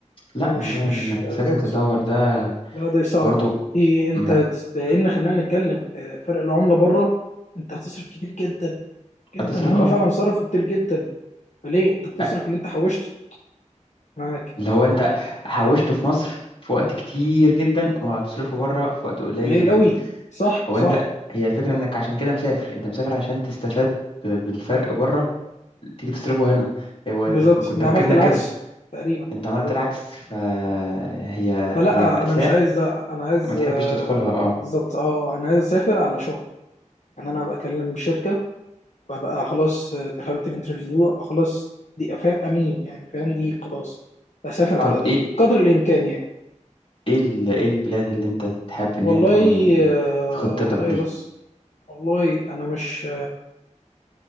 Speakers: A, on the left; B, on the left.
A: لا
B: انا مش
A: موضوع
B: مش
A: انك
B: آه،
A: تسافر
B: بالظبط
A: تدور ده
B: لا دي صعبه
A: برضو
B: دي انت
A: ما
B: تست- لان خلينا نتكلم آه، فرق العمله بره انت هتصرف كتير جدا جدا
A: هتصرف
B: هم
A: اه
B: فعلا صرفوا كتير جدا فليه انت بتصرف
A: أ-
B: اللي انت حوشته معاك
A: اللي هو انت حوشته في مصر في وقت كتير جدا وهتصرفه بره في وقت قليل
B: قليل
A: جدا
B: قوي صح
A: هو
B: صح
A: انت هي الفكرة انك عشان كده مسافر انت مسافر عشان تستفاد ب- بالفرق بره تيجي تصرفه هنا هو ال-
B: بالظبط
A: كنت
B: انا
A: تفكيرنا
B: عملت العكس
A: كده
B: تقريبا
A: انت عملت
B: بالظبط
A: العكس فهي
B: آه. فلا
A: هي مأساة
B: انا مش عايز ده انا عايز
A: ما تحبش
B: آه،
A: تدخلها اه
B: بالظبط اه انا عايز اسافر على شغل ان انا بكلم شركه وابقى خلاص دخلت الانترفيو ابقى خلاص دي أفا- امين يعني فاهم دي خلاص بسافر
A: طب
B: على ده
A: ايه
B: قدر الامكان يعني
A: ايه ال- ايه البلاد اللي انت تحب
B: والله
A: ان هي تكون
B: آه،
A: في خطتك
B: والله
A: دي
B: بس والله انا مش